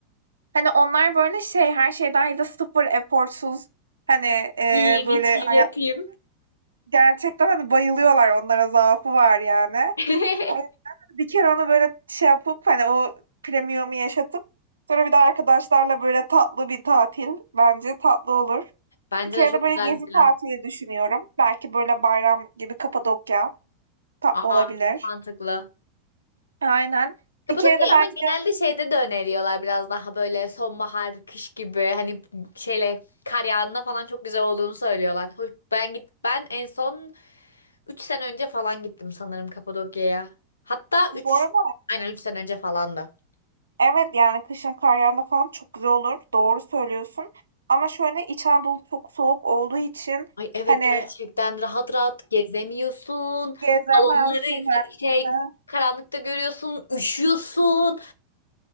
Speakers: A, on the right (about 85°); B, on the left (about 85°).
A: Hani, onlar böyle şey, her şey dâhil de sıfır eforsuz, hani, eee,
B: Yiyeyim,
A: böyle
B: içeyim,
A: hayat
B: yatayım.
A: gerçekten, hani, bayılıyorlar onlara zaafı var yani.
B: <laughs>
A: O yüzden bir kere onu böyle şey yapıp, hani, o premium'u yaşatıp sonra bir de arkadaşlarla böyle tatlı bir tatil bence tatlı olur.
B: Bence
A: Bir kere
B: de çok
A: de böyle
B: güzel
A: gezi
B: bir plan.
A: tatili düşünüyorum. Belki böyle bayram gibi Kapadokya tatlı
B: Aa,
A: olabilir.
B: çok mantıklı.
A: Aynen.
B: Kapadokya
A: Bir kere de belki
B: ama genelde
A: de
B: şeyde de öneriyorlar biraz daha böyle sonbahar, kış gibi hani şeyle kar yağında falan çok güzel olduğunu söylüyorlar. Hoş- Ben git ben en son 3 sene önce falan gittim sanırım Kapadokya'ya. Hatta üç
A: bu arada
B: aynen 3 sene önce falan da.
A: evet, yani kışın kar yağında falan çok güzel olur. Doğru söylüyorsun. Ama şöyle İç Anadolu çok soğuk olduğu için
B: Ay evet
A: hani
B: gerçekten rahat rahat gezemiyorsun.
A: gezemezsin.
B: Balonları izle şey
A: Hı hı.
B: karanlıkta görüyorsun, üşüyorsun.